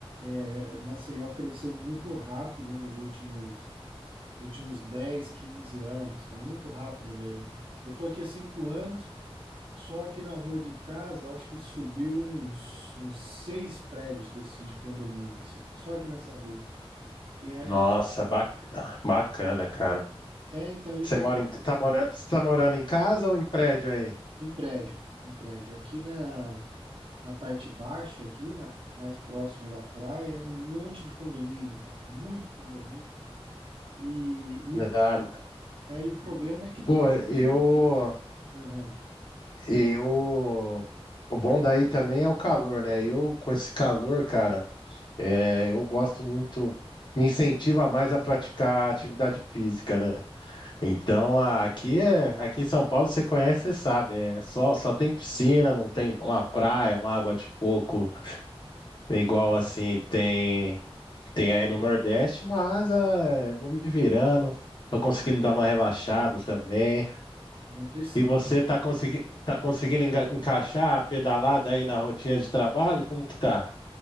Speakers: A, on the right; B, on the left.
A: É, Maceió cresceu muito rápido nos últimos, nos últimos 10, 15 anos, é muito rápido mesmo. Eu estou aqui há cinco anos, só aqui na rua de casa, acho que subiu uns, uns seis prédios desses de condomínio, assim, só aqui nessa rua. E é,
B: Nossa,
A: é,
B: ba- bacana, cara.
A: é, então ele
B: Você
A: vai
B: mora em, tá morando, você tá morando em casa ou em prédio aí?
A: Em prédio, em prédio. Aqui na, na parte baixa, aqui na, mais próximo da praia, é um monte de condomínio, cara, muito condomínio. E, e o-
B: Ah,
A: aí o problema é que não
B: Pô,
A: organizam
B: eu,
A: o trânsito. Aham,
B: eu, o bom daí também é o calor, né? Eu com esse calor, cara. É, eu gosto muito, me incentiva mais a praticar atividade física, né? Então a- aqui é, aqui em São Paulo você conhece, você sabe, é só só tem piscina, não tem uma praia, uma água de coco, igual assim tem tem aí no Nordeste, mas ah, vou me virando, tô conseguindo dar uma relaxada também.
A: não precisa.
B: E você tá conseguindo tá conseguindo enga- encaixar a pedalada aí na rotina de trabalho? Como que tá?